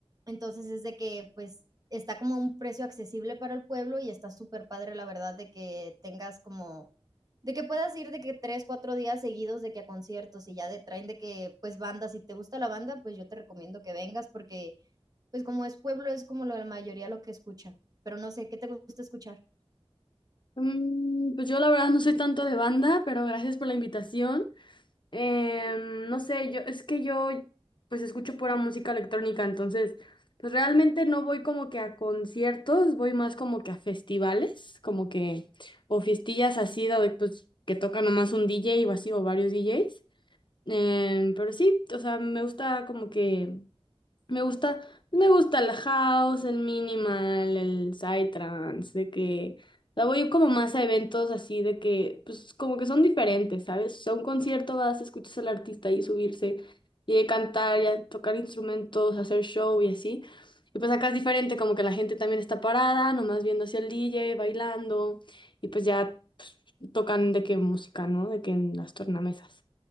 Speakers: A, on the right; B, on the left.
A: Entonces es de que pues está como a un precio accesible para el pueblo y está súper padre la verdad de que tengas como de que puedas ir de que tres, cuatro días seguidos de que a conciertos y ya de traen de que pues bandas, si te gusta la banda, pues yo te recomiendo que vengas porque pues como es pueblo, es como la mayoría lo que escucha, pero no sé, ¿qué te gusta escuchar?
B: Mm, pues yo la verdad no soy tanto de banda, pero gracias por la invitación. Em, no sé, yo es que yo pues escucho pura música electrónica, entonces pues realmente no voy como que a conciertos, voy más como que a festivales, como que o fiestillas así de pues que toca nomás un DJ o así o varios DJs. Em, pero sí, o sea, me gusta como que me gusta, me gusta el house, el minimal, el psytrance, de que la voy como más a eventos así de que, pues como que son diferentes, ¿sabes? O sea, un concierto vas, escuchas al artista y subirse y de cantar, y a tocar instrumentos, hacer show y así. Y pues acá es diferente, como que la gente también está parada, nomás viendo hacia el DJ, bailando y pues ya pues, tocan de qué música, ¿no? De que en las tornamesas.